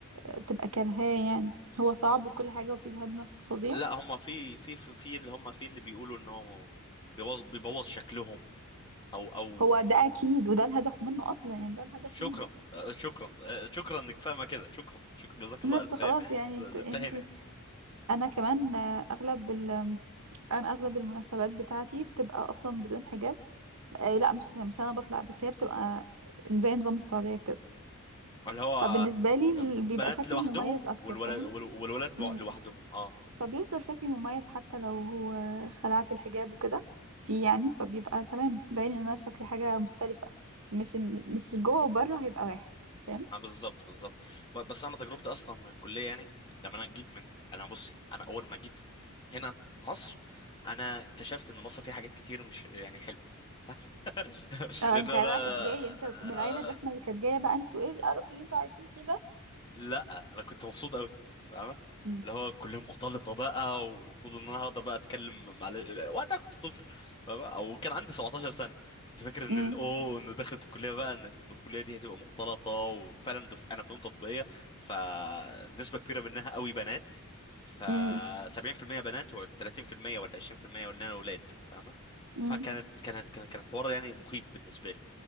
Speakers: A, on the right (about 70°); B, on the left (about 20°).
A: آه، تبقى كارهاه يعني هو صعب وكل حاجه وفيه جهاد نفس فظيع
B: لا هم في في في, في اللي هم في اللي بيقولوا انه بيبوظ بيبوظ شكلهم او او
A: هو ده أكيد وده الهدف منّه أصلًا، يعني ده الهدف
B: شكرا
A: منّه.
B: آه، شكرا آه، شكرا انك فاهمه كده شكرا شكرا جزاك الله
A: بس
B: الف خير
A: خلاص يعني
B: انتهينا
A: أنتِ أنتِ أنا كمان آه، أغلب ال أنا أغلب المناسبات بتاعتي بتبقى أصلًا بدون حجاب آآ لأ، مش مش أنا باطلع، بس هي بتبقى زي نظام السعودية كده،
B: اللي هو
A: فبالنسبة لي ال
B: بنات
A: بيبقى شكلي
B: لوحدهم
A: مميّز أكتر
B: والولد
A: فاهم؟
B: وال- والولاد بو-
A: إمم.
B: لوحدهم اه
A: فبيفضل شكلي مميّز حتى لو هو خلعت الحجاب وكده، فيه يعني، فبيبقى تمام باين إن أنا شكلي حاجة مختلفة، مش إن مش جوّه وبرّه هيبقى واحد، فاهم؟
B: آه، بالظبط بالظبط ب- بس انا تجربتي اصلا من الكليه يعني لما انا جيت من انا بصي انا اول ما جيت هنا مصر انا اكتشفت ان مصر فيها حاجات كتير مش يعني حلوه <laughs>
A: اه
B: لان
A: انت
B: انا
A: بقى كنت جاي انت من العيله
B: آه،
A: الرخمه اللي كانت جايه بقى انتوا ايه القرف اللي انتوا عايشين فيه ده
B: لا انا كنت مبسوط قوي فاهمة
A: مم.
B: اللي هو كلهم مختلطة بقى والمفروض ان انا هقدر بقى اتكلم مع ال- وقتها كنت طفل فاهمة او كان عندي 17 سنة كنت فاكر ان
A: مم.
B: الاو ان دخلت الكلية بقى ان الكلية دي هتبقى مختلطة وفعلا دف- انا فنون تطبيقية فنسبة كبيرة منها قوي بنات ف
A: مم.
B: 70% بنات و30% ولا 20% ولا انا اولاد فاهمة
A: مم.
B: فكانت كانت كان كان حوار يعني مخيف بالنسبة لي